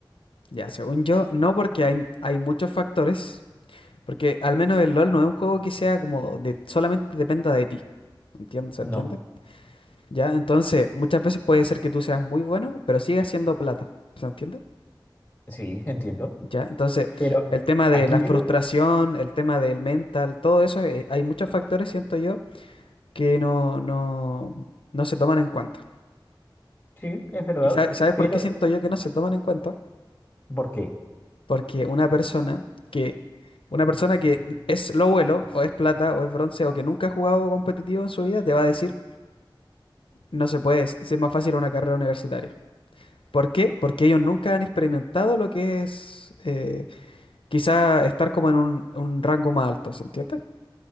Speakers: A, on the left; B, on the left.
A: Ya, según yo, no porque hay, hay muchos factores, porque al menos el LOL no es un juego que sea como de, solamente dependa de ti. ¿Entiendes? ¿Se
B: No,
A: entiende? Ya, entonces muchas veces puede ser que tú seas muy bueno, pero sigas siendo plata. ¿Se entiende?
B: sí, entiendo.
A: Ya, entonces
B: Pero
A: el tema
B: aquí
A: de la
B: viene,
A: frustración, el tema del mental, todo eso, eh, hay muchos factores, siento yo, que no, no, no se toman en cuenta.
B: sí, es verdad,
A: ¿Y sa- sabes
B: pero
A: por qué siento yo que no se toman en cuenta?
B: ¿por qué?
A: Porque una persona que, una persona que es lo vuelo, o es plata, o es bronce, o que nunca ha jugado competitivo en su vida, te va a decir, no se puede, es más fácil una carrera universitaria. ¿Por qué? Porque ellos nunca han experimentado lo que es eh, quizá estar como en un, un rango más alto, ¿se entiende?